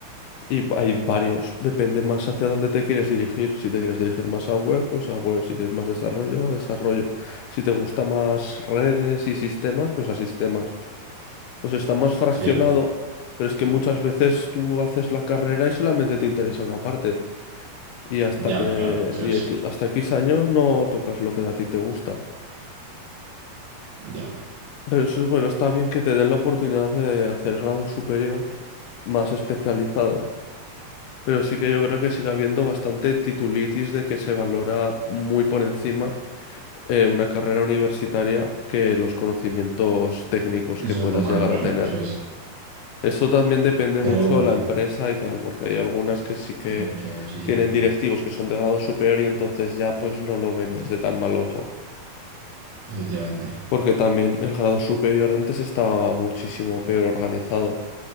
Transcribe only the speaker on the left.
Y hay varios, depende más hacia dónde te quieres dirigir. Si te quieres dirigir más a web, pues a web. Si quieres más desarrollo, a desarrollo. Si te gusta más redes y sistemas, pues a sistemas. Pues está más fraccionado,
pero es que muchas veces tú haces la carrera y solamente te interesa una parte. Y hasta
que,
y
equi- hasta X años no tocas lo que a ti te gusta.
Pero eso, bueno, está bien que te den la oportunidad de hacer grado superior más especializado. Pero sí que yo creo que sigue habiendo bastante titulitis de que se valora muy por encima eh, una carrera universitaria que los conocimientos técnicos
que puedas
llegar
a tener.
Eso también depende
mucho
de la empresa y tal, porque hay algunas que sí que
tienen directivos que son de grado superior y entonces ya pues no lo ven desde tan mal ojo.
Porque también el grado superior antes estaba muchísimo peor organizado